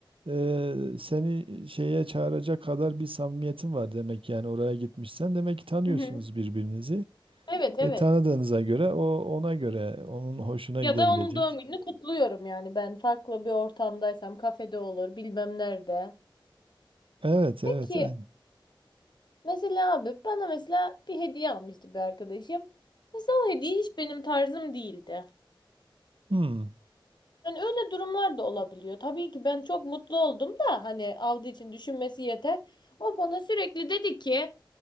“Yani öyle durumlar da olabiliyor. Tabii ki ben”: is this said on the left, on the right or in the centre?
Left